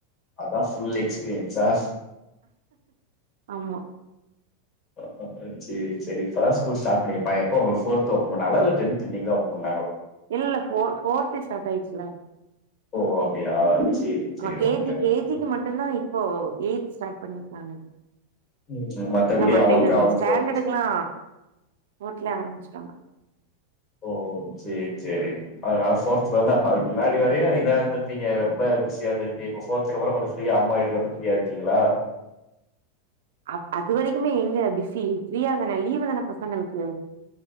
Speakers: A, on the left; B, on the right.
A: அதா ஃபுல் எக்ஸ்பீரியன்ஸ்சா
B: ஆமா
A: ஆ ஆ சேரி சேரி இப்பதா ஸ்கூல் ஸ்டார்ட் பண்ணிப்பாய எப்போ போர்த் ஓபன் பண்ணாகளா இல்ல டென்த் இன்னிக்கு தா ஓபன் பண்ணா
B: இல்ல போர் போர்தே ஸ்டார்ட் ஆயிச்சில
A: ஓ அப்டியா சேரி சேரி
B: ஆ கேஜி
A: ஓகே ஓகே
B: கேஜிக்கு மட்டும்தா இப்போ எயித் ஸ்டார்ட் பண்ண ஆஹ
A: ம் மத்தபடி
B: இந்த மண்டேல
A: அவங்களுக்கா
B: இருந்து
A: வந்து
B: ஸ்டாண்டர்டுக்கு
A: ஃபோர்த் டெஸ்ட்
B: எல்லா ஃபோர்த்துலயே ஆரம்பிச்சுட்டாங்க
A: ஓ சேரி சேரி அதனால ஃபோர்த்ல இருந்து அப்ப அதுக்கு முன்னாடி வரையு இதா இருந்திருப்பீங்க ரொம்ப பிஸியா இருந்திருக்கீங்க இப்ப போர்த்துக்கு அப்புறம் கொஞ்சோ ஃப்ரீயா அம்மா வீட்டுகு வந்து ஃப்ரீயா இருக்கீங்களா
B: அ அது வரைக்குமே எங்க பிஸி ஃப்ரீயா தான லீவ் தான பசங்களுக்கு